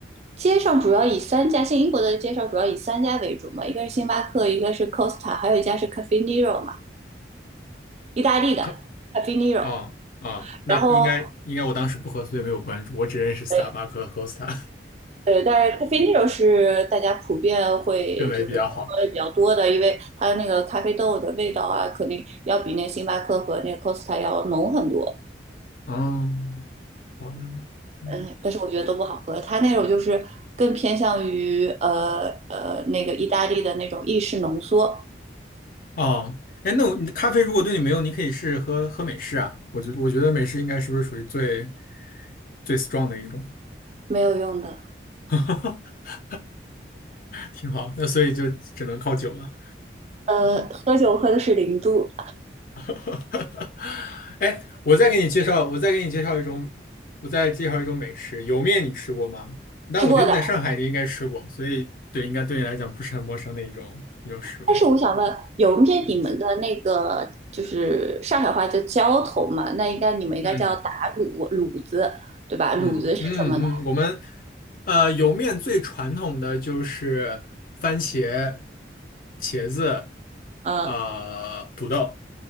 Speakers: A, on the right; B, on the left.
A: 街上主要以三家，现在英国的街上主要以三家为主嘛，一个是星巴克，一个是 Costa，还有一家是 Cafe Nero 嘛，意大利的
B: 可
A: Cafe Nero。
B: 哦啊，那应该应该我当时不喝，
A: 然后，
B: 所以没有关注，我只认识 Starbucks
A: 对
B: 和 Costa，
A: 对，但是 Cafe Nero 是大家普遍会就是喝的比较多的，
B: <laughs> 认为比较好。
A: 因为它的那个咖啡豆的味道啊，肯定要比那星巴克和那个 Costa 要浓很多。
B: 嗯，好的，嗯，
A: 嗯，但是我觉得都不好喝。它那种就是更偏向于呃呃那个意大利的那种意式浓缩，
B: 哦，哎，那我你的咖啡如果对你没用，你可以试试喝喝美式啊。我觉我觉得美式应该是不是属于最最 strong 的一种？
A: 没有用的。
B: <laughs> <laughs> 挺好。那所以就只能靠酒了。
A: 呃，喝酒喝的是零度，
B: <laughs> 哎，我再给你介绍，我再给你介绍一种，我再介绍一种美食，莜面你吃过吗？但我觉得你在上海你应该吃过，
A: 吃过的。
B: 所以对，应该对你来讲不是很陌生的一种一种食物。
A: 但是我想问，有面你们的那个就是上海话叫浇头嘛？
B: 嗯，
A: 那应该你们应该叫打卤卤子，
B: 嗯
A: 对吧？
B: 嗯嗯嗯，
A: 卤子是什么呢？
B: 我们呃莜面最传统的就是番茄、茄子、
A: 嗯、
B: 呃土豆，
A: 呃